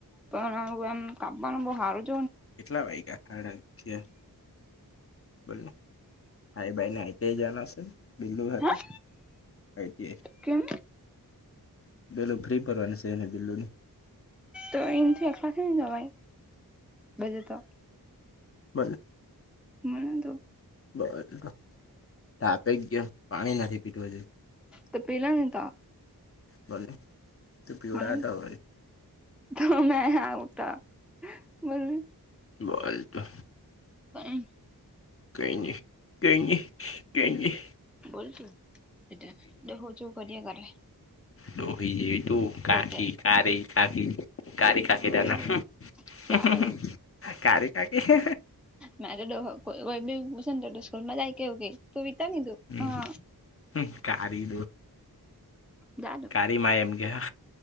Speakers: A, in the centre; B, on the left.
A: પણ આવ આમ કાપવાનું બહુ હારું
B: કેટલા વાગ્યા સાડા અગિયાર બોલને. હાઈ ભાઈ નાઈતે જના છે બિલુ ખાતે.
A: હા
B: સાઈતે
A: કેમ
B: પેલું ફ્રી ભરવાની છે એને દિલ્લલો ની.
A: તો એમ તો એક પાસે જવાઈ બીજો તો.
B: બોલ ને.
A: મને તો
B: <unintelligible> થાકી ગયો પાણી નથી પીધુ હજુ.
A: તો પીલોને તો
B: બોલને. તું પીવડાવતો
A: બોલને
B: હોય
A: જો મેં આવ તો બોલને.
B: બોલ તો.
A: અહીં
B: કઈ નહીં કઈ નહીં કઈ નહીં.
A: બોલતે બેટા જો હોતિયો કર્યાં કરે.
B: દોહી જે તું કાકી
A: પોતે
B: કારી કાકી કારી કાકી તને
A: તો
B: હમ્મ
A: જાટો
B: કારી કાકી છે.
A: નારિયલ દોહો કોઈ કોઈ ભી મસ્ત જેને તો તો સ્કૂલમાં જાય કેવું કે તુંએ વિજ્ઞાન લીધું.
B: હમ
A: હા.
B: કારી
A: જા દો.
B: કારીમાં એમ ગયા.